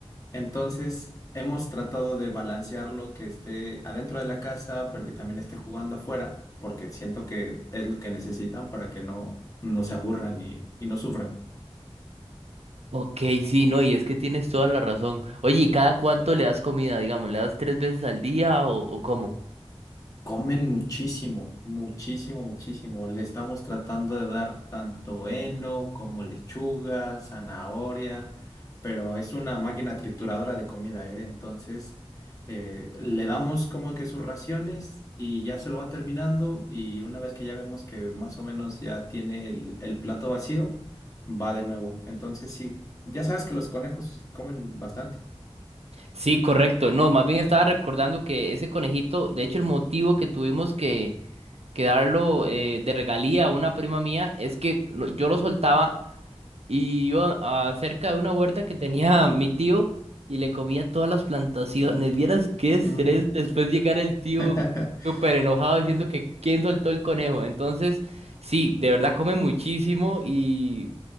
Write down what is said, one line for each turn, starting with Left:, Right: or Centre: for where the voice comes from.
Left: Entonces hemos tratado de balancearlo que esté adentro de la casa, pero que también esté jugando afuera, porque siento que es lo que necesitan para que no, no se aburran y, y no sufran.
Right: Ok, sí, no, y es que tienes toda la razón. Oye, ¿y cada cuánto le das comida, digamos? ¿Le das tres veces al día o, o cómo?
Left: Comen muchísimo, muchísimo, muchísimo. Le estamos tratando de dar tanto heno como lechuga, zanahoria, pero es una máquina trituradora de comida, ¿eh? Entonces, eh, le damos como que sus raciones y ya se lo va terminando y una vez que ya vemos que más o menos ya tiene el, el plato vacío, va de nuevo. Entonces, sí, ya sabes que los conejos comen bastante.
Right: Sí, correcto. No, más bien estaba recordando que ese conejito, de hecho, el motivo que tuvimos que que darlo eh, de regalía a una prima mía es que lo- yo lo soltaba y iba a- cerca de una huerta que tenía mi tío y le comía todas las plantaciones. Vieras qué estrés
Left: Mm.
Right: después llegar el tío
Left: <laughs>
Right: súper enojado diciendo que quién soltó el conejo. Entonces, sí, de verdad come muchísimo y